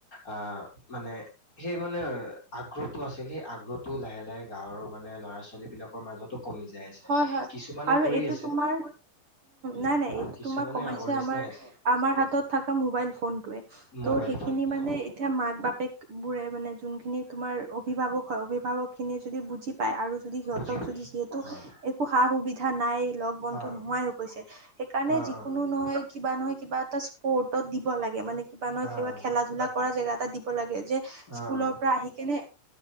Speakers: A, on the left (about 20°); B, on the right (about 75°).
A: আহ মানে সেই মানে মানে আগ্ৰহটো আছিল, সেই আগ্ৰহটো লাহে লাহে গাঁৱৰ মানে ল'ৰা ছোৱালী বিলাকৰ মাজতো কমি যায় আছে।
B: হয়, হয়।
A: কিছুমানে
B: আৰু
A: কৰি
B: এইটো
A: আছে
B: তোমাৰ
A: উম,
B: নাই নাই এইটো
A: কিছুমানে
B: তোমাৰ কমাইছে
A: আগৰ নিচিনাই
B: আমাৰ
A: আছে
B: আমাৰ হাতত থকা মোবাইল ফোনটোৱে।
A: মোবাইল
B: ত' সেইখিনি
A: ফোনটোৱে
B: মানে এতিয়া মাক বাপেক বোৰে মানে যোনখিনি তোমাৰ অভিভাৱক হয়, অভিভাৱক খিনিয়ে যদি বুজি পায় আৰু যদি সিহঁতক
A: বুজি পায়।
B: যদি যিহেতু
A: অ',
B: একো সা সুবিধা নাই লগ বন্ধু
A: অ',
B: নোহাৱাই হৈ গৈছে। সেইকাৰণে
A: অ',
B: যিকোনো
A: অ', অ',
B: নহয় কিবা নহয় কিবা এটা স্পৰ্টচত দিব লাগে, মানে কিবা নহয়
A: অ',
B: কিবা খেলা ধূলা কৰা জেগা এটা দিব লাগে, যে স্কুলৰ
A: অ',
B: পৰা আহি কিনে